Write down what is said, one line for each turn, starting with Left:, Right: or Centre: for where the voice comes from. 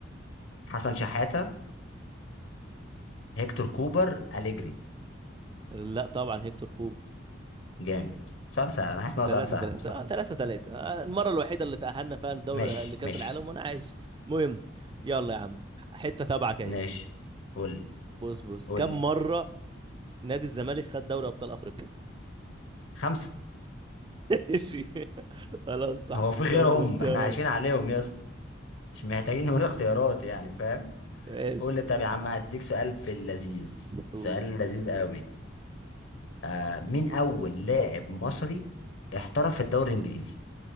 Left: حسن شحاته هيكتور كوبر اليجري
Right: لا طبعا هيكتور كوبر
Left: جامد سؤال سهل انا حاسس ان هو
Right: 3
Left: سؤال سهل
Right: 3
Left: بصراحه
Right: آه 3 3 آه المره الوحيده اللي تاهلنا فيها لدوري
Left: ماشي
Right: لكاس
Left: ماشي
Right: العالم وانا عايش المهم يلا يا عم حته تبعك اهي
Left: ماشي قول لي
Right: بص بص
Left: قول
Right: كم
Left: لي
Right: مره نادي الزمالك خد دوري ابطال افريقيا
Left: خمسه
Right: ماشي خلاص صح
Left: هو في
Right: مش
Left: غيرهم
Right: هقول الاختيارات
Left: احنا عايشين عليهم يا اسطى مش محتاجين نقول اختيارات يعني فاهم
Right: ماشي
Left: قول لي طب يا عم هديك سؤال في اللذيذ
Right: قول
Left: سؤال لذيذ قوي آه مين اول لاعب مصري احترف في الدوري الانجليزي